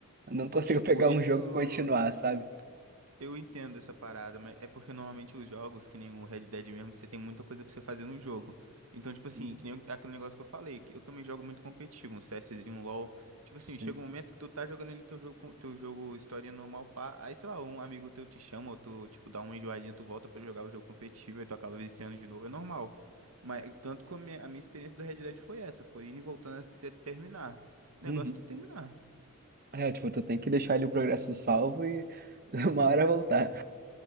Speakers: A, on the right; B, on the right.
A: não consigo
B: tipo,
A: <laughs> pegar
B: isso.
A: um jogo e continuar, sabe?
B: Eu entendo essa parada, mas é porque normalmente os jogos, que nem o Red Dead mesmo, você tem muita coisa pra você fazer no jogo. Então, tipo assim,
A: Uhum.
B: que nem aquele negócio que eu falei, que eu também jogo muito competitivo, um CSzinho, um LoL. Tipo assim,
A: Sim.
B: chega um momento que tu tá jogando ali teu jogo, com- teu jogo história normal, pá. Aí, sei lá, um amigo teu te chama, ou tu, tipo, dá uma enjoadinha, tu volta pra jogar o jogo competitivo, aí tu acaba viciando de novo, é normal. Mas tanto que a minha, a minha experiência do Red Dead foi essa, foi indo e voltando até terminar. O negócio
A: Uhum.
B: é tu terminar.
A: É, tipo, tu tem que deixar ali o progresso salvo e <laughs> uma hora voltar.